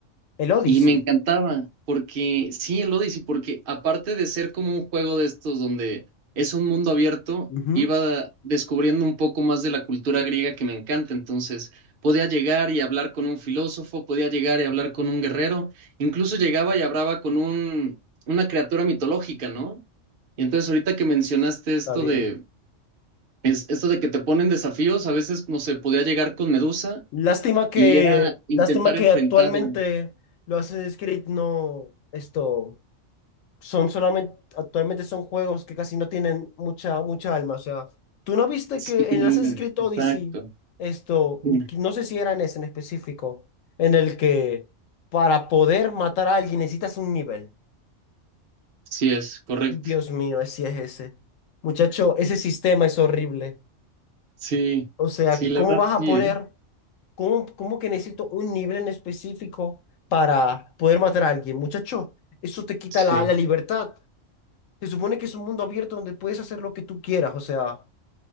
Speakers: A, on the left; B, on the right.
A: El Odyssey,
B: y me encantaba, porque sí, el Odyssey, porque aparte de ser como un juego de estos donde es un mundo abierto,
A: Ujú.
B: iba descubriendo un poco más de la cultura griega que me encanta. Entonces, podía llegar y hablar con un filósofo, podía llegar y hablar con un guerrero, incluso llegaba y hablaba con un, una criatura mitológica, ¿no? Y entonces ahorita que mencionaste esto
A: está bien.
B: de, es, esto de que te ponen desafíos, a veces, no sé, podía llegar con Medusa
A: Lástima que,
B: y era intentar
A: lástima que
B: enfrentarla.
A: actualmente lo haces Creed no, esto. son solamente, actualmente son juegos que casi no tienen mucha, mucha alma. O sea, ¿tú no viste
B: Sí,
A: que en el Assassin's Creed Odyssey,
B: exacto.
A: esto,
B: Dime.
A: que no sé si era en ese en específico, en el que para poder matar a alguien necesitas un nivel?
B: Sí, es correcto.
A: Dios mío, así es ese. Muchacho, ese sistema es horrible.
B: Sí,
A: O sea,
B: sí, la
A: ¿cómo
B: verdad,
A: vas a
B: sí,
A: poner,
B: ¿eh?
A: cómo, cómo que necesito un nivel en específico para poder matar a alguien? Muchacho, eso te quita
B: Sí.
A: la, la libertad. Se supone que es un mundo abierto donde puedes hacer lo que tú quieras, o sea,